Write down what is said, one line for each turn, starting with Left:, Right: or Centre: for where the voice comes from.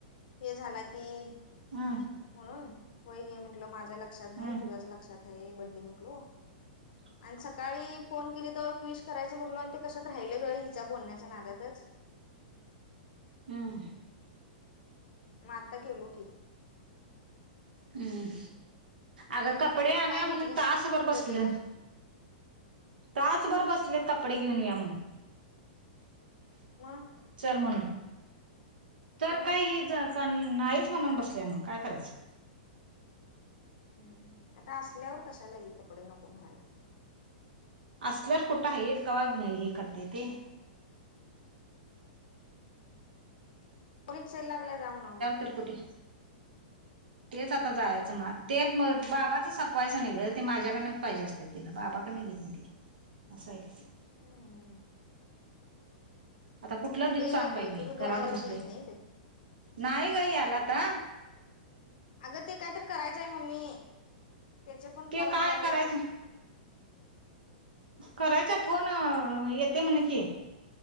Left: हे झाला की.
Right: हा.
Left: होय घे म्हंटलं माझ्या लक्षात नाही
Right: ह
Left: तुझ्याच लक्षात आहे बड्डे म्हंटलो.
Right: <inaudible>
Left: आणि सकाळी फोन केली तवा विश करायचं म्हटलो आणि ते कशात राहिलं ग हिच्या बोलण्याच्या नादातच.
Right: हम्म.
Left: म आता केलो की.
Right: हम्. अगं कपडे आण्या
Left: काय
Right: म्हणून
Left: घेतलीस
Right: तासभर बसल्यात.
Left: बड्डेला
Right: तासभर बसल्यात कपडे घेऊन या म्हणून.
Left: मग
Right: चल म्हणून तर
Left: मग
Right: काय हीच. कन नाहीच म्हणून बसल्यान काय करायचं.
Left: हम्म आता असल्यावर कशाला ही कपडे नको म्हणाल्यात.
Right: असल्यावर कुठं आहे हे कावा हे करत्या ती.
Left: पुरीत सेल लागलाय जा म्हण की.
Right: त्र कुटी. तेच आता जायचं मा ते म बाबाच संपवायचं नाही ग ते माझ्याकडन पाहिजे असत्यात. तिने बाबाकडे घेतली असा आहे तिचा.
Left: हम.
Right: आता कुठला दिवस
Left: दे
Right: सांग
Left: जा
Right: बाई
Left: की
Right: मी
Left: तुझं
Right: घरात
Left: दोन हजार
Right: बसले
Left: रुपये येत नाही ते
Right: नाही का याला आता.
Left: अगं ते काय तर करायचंय मम्मी त्याचे पण
Right: ते
Left: फॉर्म
Right: काय
Left: भरायचे
Right: करायचं
Left: बघ.
Right: करायचा फोन येते म्हणे की.